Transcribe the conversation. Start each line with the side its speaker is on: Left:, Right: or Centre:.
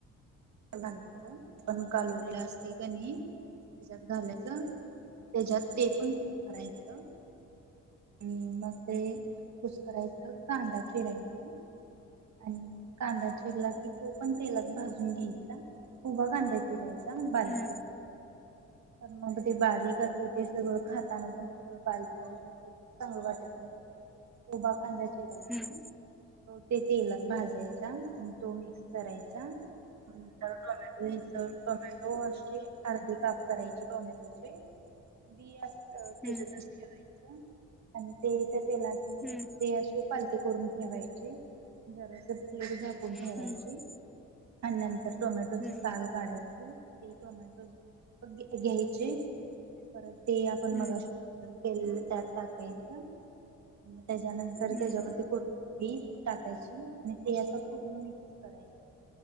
Right: घालायचं. आपण कालवलेलं असते का नाही, त्याच्यात घालायच. त्याच्यात ते पण करायचं. आणि मग ते कुसकरायचं. कांदा चिरायचा. आणि कांदा चिरला कि तो पण तेलात भाजून घ्या चा. उभा कांदा चिरायचा, बारीक
Centre: हम्म
Right: चिरायचा. पण मग ते बारीक असत ते सगळं खाताना पण सगळं बारीक बारीक असेल चांगलं वाटत उभा कांदा चिरायचा.
Centre: हम्म हम्म
Right: ते तेलात भाजायचा आणि तो मिक्स करायचा. चार टोमॅटो घ्यायचं. टोमॅटो असे अर्धे काप करायचे टोमॅटोचे. बी अस त्याच्यातच
Centre: हम्म
Right: ठेवायचं. आणि ते तेलात
Centre: हम्म
Right: ते असे पालथे करून ठेवायचे. जरा ते प्लेट झाकून ठेवायची
Centre: हम्म
Right: आणि नंतर टोमॅटोच
Centre: हम्म
Right: साल काढायचं. ते टोमॅटो घ्यायचे, परत ते आपण
Centre: हम्म
Right: मगाशी वाटण केलेलं त्यात टाकायचं. मग त्याच्यानंतर
Centre: हम्म हम्म
Right: त्याच्यावरती कोथंबीर टाकायची आणि ते असं पूर्ण मिक्स करायचं.